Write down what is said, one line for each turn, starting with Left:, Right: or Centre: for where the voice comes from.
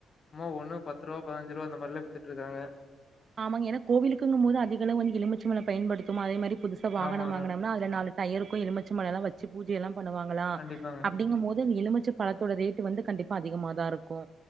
Left: சும்மா ஒண்ண பத்து ரூபா பதினஞ்சு ரூபா அந்த மாரிலா வித்துட்டு இருக்காங்க
Right: ஆமாங்க ஏன்னா கோவிலுக்குங்க போது அதிகளவுந்து எலுமிச்ச பழோ பயன்படுத்துவேமா அதே மாரி புதுசா வாகனம்
Left: ஆமாங்க
Right: வாங்கனம்னா அதுல நாலு டயக்கு எலுமிச்ச பழ எல்லா வெச்சு பூஜையெல்லா பண்ணுவாங்களா
Left: கண்டிப்பாங்க
Right: அப்டிங்கும் போது அந்த எலுமிச்ச பழத் தோட ரேட்டு் வந்து கண்டிப்பா அதிகமா தா இருக்கு